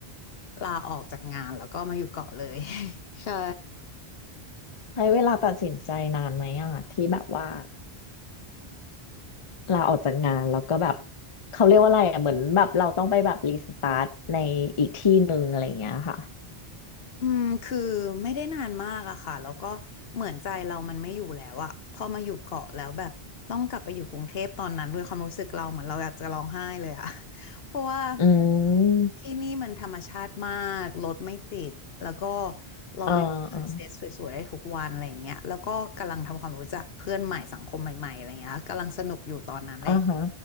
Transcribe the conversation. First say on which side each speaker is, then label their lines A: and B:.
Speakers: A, on the left; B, on the left.
A: ลาออกจากงานแล้วก็มาอยู่เกาะเลย <laughs> ใช่
B: ใช้เวลาตัดสินใจนานไหมอ่ะที่แบบว่าลาออกจากงานแล้วก็แบบเขาเรียกว่าอะไรอ่ะเหมือนแบบเราต้องไปแบบรีสตาร์ทในอีกที่หนึ่งอะไรอย่างเงี้ยค่ะ
A: อืมคือไม่ได้นานมากอะค่ะแล้วก็เหมือนใจเรามันไม่อยู่แล้วอะพอมาอยู่เกาะแล้วแบบต้องกลับไปอยู่กรุงเทพตอนนั้นด้วยความรู้สึกเราเหมือนเราอยากจะร้องไห้เลยอะ <laughs> เพราะว่า
B: อืม
A: ที่นี่มันธรรมชาติมากรถไม่ติดแล้วก็เราไปดูซันเซ็ตสวยๆได้ทุกวันอะไรอย่างเงี้ยแล้วก็กำลังทำความรู้จักเพื่อนใหม่สังคมใหม่ๆอะไรเงี้ยกำลังสนุกอยู่ตอนนั้นเลย
B: อ่าอ่าอ่าฮะ